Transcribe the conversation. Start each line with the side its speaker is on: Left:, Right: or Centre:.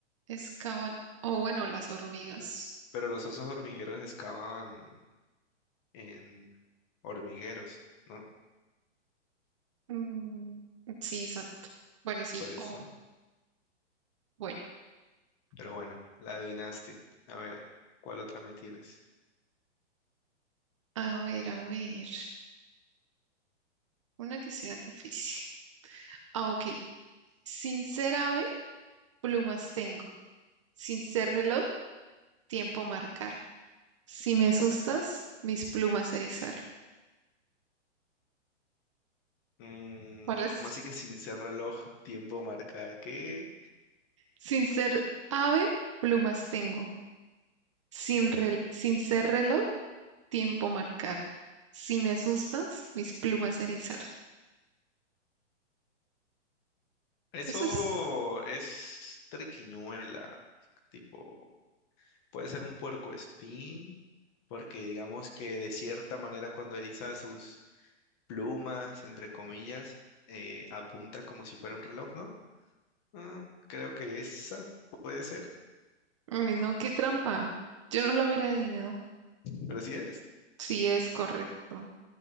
Right: excavan. O bueno, las hormigas.
Left: L- Pero los osos hormigueros excavan en hormigueros, ¿no?
Right: Mm, sí, exacto. Bueno, sí,
Left: Por eso.
Right: o bueno.
Left: Pero bueno, la adivinaste. A ver, ¿cuál otra me tienes?
Right: A ver, a ver. Una que sea difícil. Ah, ok. Sin ser ave, plumas tengo. Sin ser reloj, tiempo marcar. Si me asustas, mis plumas erizar.
Left: Mm,
Right: ¿Cuál es?
Left: ¿cómo así que sin ser reloj, tiempo marcar? ¿Qué?
Right: Sin ser ave, plumas tengo. Sin, rel- sin ser reloj. tiempo marcar. Si me asustas, mis plumas erizar.
Left: Eso
Right: Eso es,
Left: es triquiñuela. Tipo, puede ser un puercoespín, porque digamos que de cierta manera cuando eriza sus plumas, entre comillas, eh, apunta como si fuera un reloj, ¿no? Ah, creo que esa puede ser,
Right: ay, no, qué trampa. Yo no lo hubiera adivinado.
Left: pero sí es.
Right: Sí, es correcto.